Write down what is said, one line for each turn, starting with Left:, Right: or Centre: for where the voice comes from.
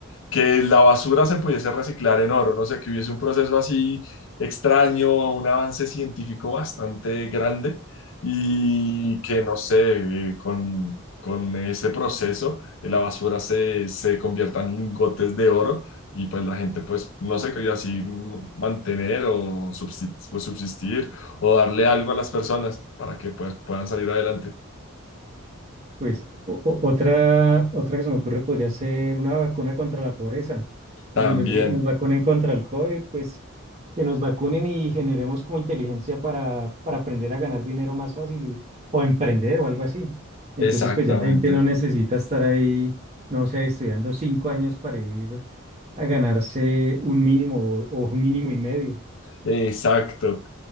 Left: que la basura se pudiese reciclar en oro, no sé, que hubiese un proceso así extraño, un avance científico bastante grande y que, no sé, eh, con, con ese proceso eh, la basura se, se convierta en lingotes de oro y pues la gente pues, no sé, que así mm, mantener o subsistir, o subsistir o darle algo a las personas para que pues puedan salir adelante.
Right: Pues o- o- otra, otra que se me ocurre podría ser una vacuna contra la pobreza. Entonces,
Left: También,
Right: en vez de que nos vacunen contra el COVID, pues que nos vacunen y generemos como inteligencia para, para aprender a ganar dinero más fácil y, o emprender o algo así. Entonces,
Left: exactamente.
Right: pues ya la gente no necesita estar ahí, no sé, estudiando cinco años para ir a ganarse un mínimo o, o un mínimo y medio.
Left: Exacto.